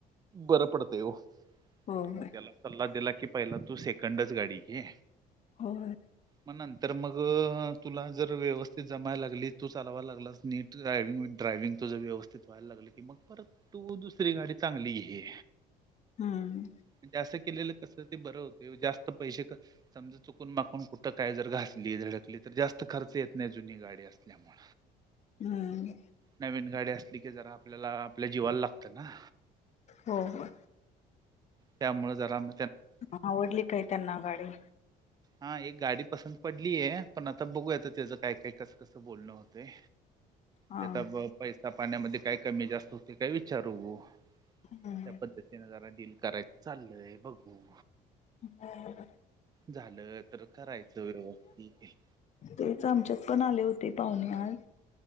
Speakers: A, on the right (about 25°); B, on the left (about 40°).
A: बरं पडते ओ.
B: होय
A: मग
B: होय
A: त्याला सल्ला दिला कि पहिला तू सेकंडच गाडी घे.
B: होय.
A: म नंत तर मग तुला जर व्यवस्थित जमायला लागली तू चालावा लागलास नीट ड्रायविंग ड्रायविंग तुझं व्यवस्थित व्हायला लागलं की मग परत तू दुसरी गाडी चांगली घे.
B: हम्म,
A: पण ते असं केलेलं तसच ते बरं होते, जास्त पैसे क समजा चुकून माखून कुठं काय जर घास ली धडकली तर जास्त खर्च येत नाही जुनी गाडी असल्यामुळ.
B: हम्म,
A: नवीन गाडी असली की जरा आपल्याला आपल्या जीवाला लागतं ना.
B: हो हो.
A: त्यामुळ जरा म
B: <unintelligible> आवडली काय त्यांना गाडी?
A: हा एक गाडी पसंत पडलीये, पण आता बघूया तेज काय काय कसं क असं बोलणं होतय.
B: हा
A: तेचा जर पैसा पाण्यामध्ये काय कमी जास्त होते काय विचारू,
B: हम्म
A: त्या पद्ध त्यानं जरा डील कराय चाल्लय बघू.
B: <unintelligible> हाय बरं.
A: झालं तर करायचं व्यवस्थित.
B: तेच आमच्यात पण आले होते पाहुणे आज.